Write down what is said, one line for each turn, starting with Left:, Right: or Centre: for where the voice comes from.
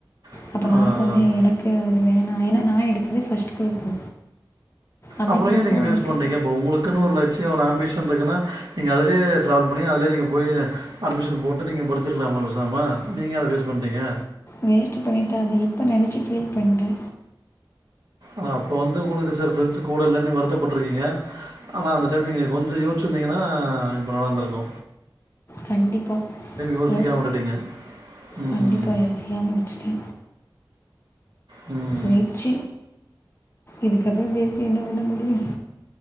Right: அதான்,
Left: அப்ப நா
Right: அதான்,
Left: சொன்னேன்
Right: அதான்.
Left: எனக்கு அது வேணா ஏன்னா நான் எடுத்ததே ஃபர்ஸ்ட் குரூப்பு அப்டிங்கிறப்போ
Right: அப்புறோ ஏன் நீங்க வேஸ்ட்
Left: எனக்கு
Right: பண்றீங்க இப்போ உங்களுக்குன்னு ஒரு லட்சியோ ஒரு ஆம்பிஷன் இருக்குதுன்னா நீங்கள் அதுலையே ட்ராவல் பண்ணி அதிலயே நீங்க போய்ருங்க அட்மிஷன் போட்டு நீங்க படிச்சிருக்கலாமல பேசாமா நீங்க அத ஃவேஸ்ட் பண்டீங்க
Left: வேஸ்ட் பண்ணிட்டே அத இப்ப நெனைச்சி ஃபீல் பண்றே
Right: அ அப்போ வந்து உங்களுக்கு சர் ஃப்ரெண்ட்ஸ் கூட இல்லன்னு வருத்தப்பட்டிருக்கீங்க ஆனா அந்த டைம் நீங்க கொஞ்சோ யோசிச்சிருந்தீங்கன்னா இப்ப நடந்துருக்கு
Left: கண்டிப்பா
Right: யோசிக்காம
Left: யோஸ்
Right: விட்டுட்டீங்க ம்
Left: கண்டிப்பா யோசிக்காம விட்டுட்டே
Right: ம்
Left: போய்ச்சி இதுக்கப்றோ பேசி என்ன பண்ண முடியு